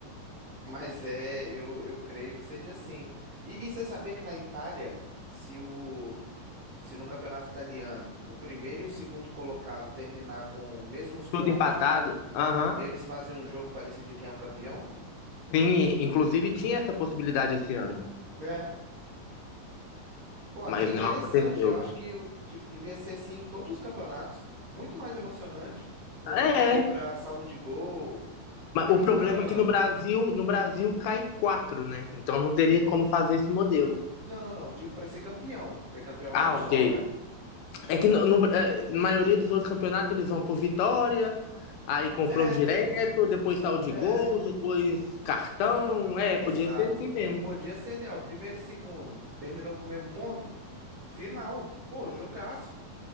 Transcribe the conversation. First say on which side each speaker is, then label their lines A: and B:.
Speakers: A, on the right; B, on the left.
A: mas é, eu, eu creio que seja assim. E, e você sabia que na Itália, se o se no campeonato italiano o primeiro e o segundo colocado terminar com os mesmos pontos,
B: Tudo empatado. Aham.
A: eles fazem um jogo para decidir quem é o campeão?
B: Sim, inclusive tinha essa possibilidade esse ano,
A: é Pô, achei
B: mas
A: interessante.
B: não aconteceu.
A: Eu acho que o- de- devia ser assim em todos os campeonatos. Muito mais emocionante do que
B: É,
A: ter que ir pra saldo de gol,
B: mas
A: cartão.
B: o problema é que no Brasil, no Brasil cai quatro, né? Então não teria como fazer esse modelo.
A: Não, não, não. Digo pra ser campeão, porque campeão
B: Ah,
A: é um só,
B: ok.
A: né?
B: É que no, no- é, na maioria dos outros campeonatos eles vão por vitória, aí confronto
A: É,
B: direto,
A: tem.
B: depois saldo de
A: É,
B: gols, depois cartão. É,
A: exato.
B: podia ser assim mesmo.
A: Podia ser ali, ó, primeiro e segundo. Terminou com o mesmo ponto? Final. Pô, jogaço.